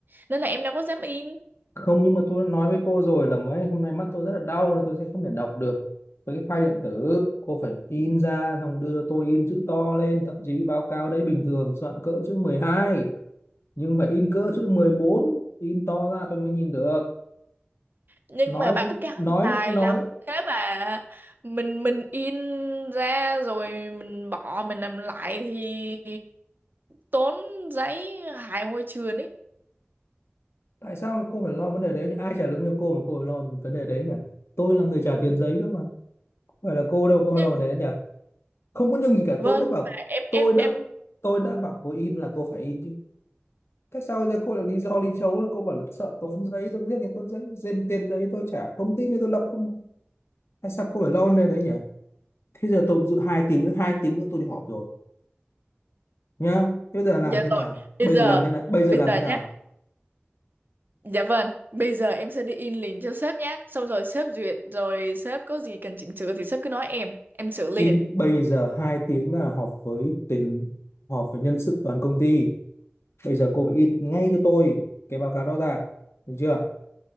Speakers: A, on the right; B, on the left.
A: Nên là em đâu có dám in
B: không nhưng mà tôi đã nói với cô rồi là mấy hôm nay mắt tôi rất là đau nên tôi sẽ không thể đọc được với cái file điện tử cô phải in ra xong đưa tôi in chữ to lên thậm chí báo cáo đấy bình thường soạn cỡ chữ mười hai nhưng phải in cỡ chữ mười bốn in to ra tôi mới nhìn được
A: Nhưng
B: nói
A: mà báo cáo
B: nói
A: thì tài
B: nói
A: lắm Sếp à Mình mình in ra rồi mình bỏ mình làm lại thì tốn giấy hại môi trường ấy
B: tại sao lại cô phải lo vấn đề đấy nhỉ? ai trả lương cho cô mà cô phải lo vấn đề đấy nhỉ tôi là người trả tiền giấy cơ mà không phải là cô đâu cô
A: nhưng
B: lo vấn đề đấy nhỉ không có nhưng gì cả
A: Vâng,
B: tôi đã
A: nhưng
B: bảo
A: mà em
B: tôi
A: em em
B: đã tôi đã bảo cô in là cô phải in chứ tại sao bây giờ cô lại lý do lý chấu là cô bảo là sợ tốn giấy tốn riêng cái tốn giấy trên tiền đấy tôi trả công ty này tôi lập không tại sao cô phải lo vấn đề đấy nhỉ thế giờ tôi dự hai tiếng nữa hai tiếng nữa tôi đi họp rồi nhá thế bây giờ làm
A: dạ
B: thế nào
A: rồi. Bây
B: bây
A: giờ
B: giờ làm thế nào bây giờ
A: bây
B: làm
A: giờ
B: thế nào
A: nhá. Dạ vâng, bây giờ em sẽ đi in liền cho sếp nhá. Xong rồi sếp duyệt rồi sếp có gì cần chỉnh sửa thì sếp cứ nói em, em sửa liền.
B: in bây giờ hai tiếng là họp với tỉnh họp với nhân sự toàn công ty bây giờ cô phải in ngay cho tôi cái báo cáo đó ra được chưa